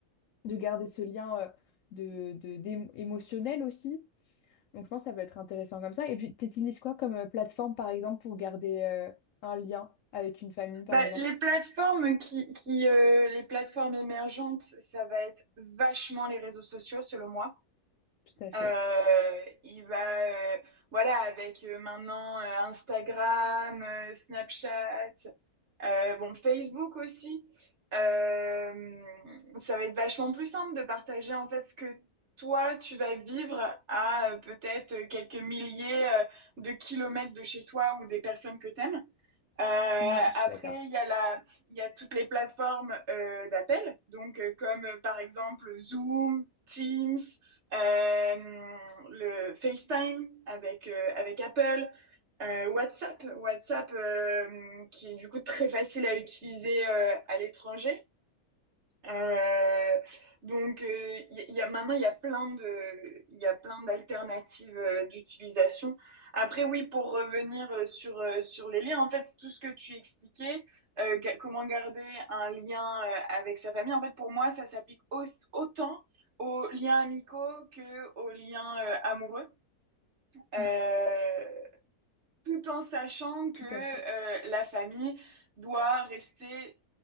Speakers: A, on the left; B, on the right.
A: de garder ce lien euh, de, de, d'é- émotionnel aussi. Donc, je pense que ça peut être intéressant comme ça. Et puis, tu utilises quoi comme euh, plateforme, par exemple, pour garder euh, un lien avec une famille, par
B: Bah,
A: exemple?
B: les plateformes qui, qui euh, les plateformes émergentes, ça va être vachement les réseaux sociaux, selon moi.
A: Tout à fait.
B: Euh, il va, euh, voilà, avec euh, maintenant euh, Instagram, euh, Snapchat, euh, bon, Facebook aussi. Euh, ça va être vachement plus simple de partager en fait ce que toi tu vas vivre à euh, peut-être euh, quelques milliers euh, de kilomètres de chez toi ou des personnes que t'aimes. Euh,
A: Ouais, je
B: après,
A: suis d'accord.
B: il y a la, il y a toutes les plateformes euh, d'appel, donc euh, comme euh, par exemple Zoom, Teams, euh, le FaceTime avec euh, avec Apple. Euh, WhatsApp, WhatsApp euh, qui est du coup très facile à utiliser euh, à l'étranger. Euh, donc, euh, il y, y a, maintenant, il y a plein de, il y a plein d'alternatives euh, d'utilisation. Après, oui, pour revenir euh, sur, euh, sur les liens, en fait, tout ce que tu expliquais, euh, ga- comment garder un lien euh, avec sa famille, en fait, pour moi, ça s'applique au- autant aux liens amicaux que aux liens euh, amoureux. Euh,
A: Mm,
B: tout en sachant que
A: Tout
B: euh,
A: à fait.
B: la famille doit rester